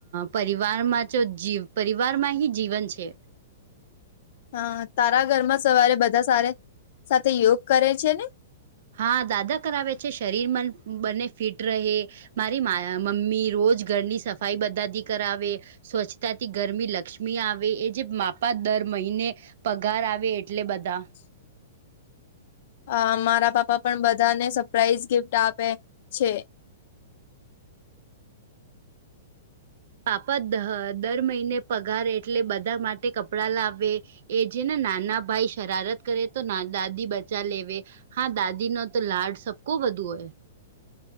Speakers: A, on the right; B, on the left.
A: પરિવારમાં તો જી પરિવાર માં હી જીવન છે
B: હા તારા ઘરમાં સવારે બધા સારે સાથે યોગ કરે છે ને
A: હા દાદા કરાવે છે શરીર મન બને ફિટ રહે મારી મા મમ્મી રોજ ઘરની સફાઈ બધાથી કરાવે સ્વચ્છતાથી ગરમી લક્ષ્મી આવે એ જે માપા દર મહિને પગાર આવે એટલે બધા
B: <inaudible> અ મારા પાપા પણ બધાને સરપ્રાાઈઝ ગિફ્ટ આપે છે.
A: પાપ દહ દર મહિને પગારે એટલે બધા માટે કપડાં લાવે એ જે ને નાના ભાઈ શરારત કરે તો ના દાદી બચા લેવે હા દાદી નો તો લાડ સબકો વધુ હોય